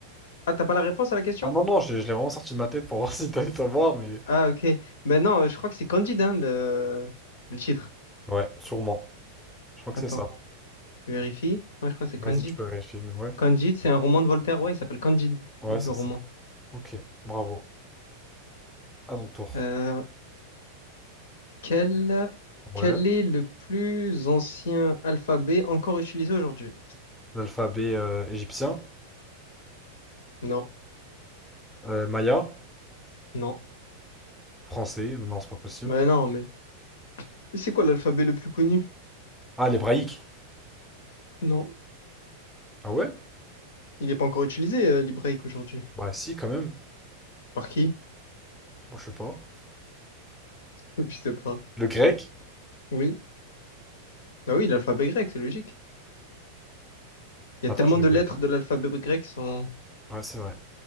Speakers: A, on the left; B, in the centre.
A: Ah, t'as pas la réponse à la question?
B: Ah non, non, je, je l'ai vraiment sorti de ma tête pour voir <laughs> si t'allais savoir, mais.
A: Ah, ok. Ben non, euh, je crois que c'est Candide, hein, le... le titre.
B: Ouais, sûrement. Je crois que
A: Attends,
B: c'est ça.
A: je vérifie. Moi, je crois que c'est Candide.
B: Vas-y, tu peux vérifier, mais ouais.
A: Candide, c'est un roman de Voltaire. Ouais, il s'appelle Candide,
B: Ouais,
A: le
B: c'est
A: roman.
B: ça. Ok, bravo. À ton tour.
A: Euh, quel...
B: Ouais.
A: quel est le plus ancien alphabet encore utilisé aujourd'hui?
B: L'alphabet euh, égyptien.
A: Non,
B: Euh, maya.
A: non.
B: Français. Non, c'est pas possible.
A: Ben non, mais c'est quoi l'alphabet le plus connu?
B: Ah, l'hébraïque.
A: Non,
B: Ah ouais?
A: il n'est pas encore utilisé, euh, l'hébraïque aujourd'hui.
B: Bah si, quand même.
A: Par qui?
B: Bon, je sais pas.
A: <laughs> Je sais pas.
B: Le grec?
A: Oui. Bah oui, l'alphabet grec, c'est logique. Il
B: Attends,
A: y a tellement
B: je vais
A: de
B: vérifier.
A: lettres de l'alphabet grec qui sont
B: Ouais, c'est vrai.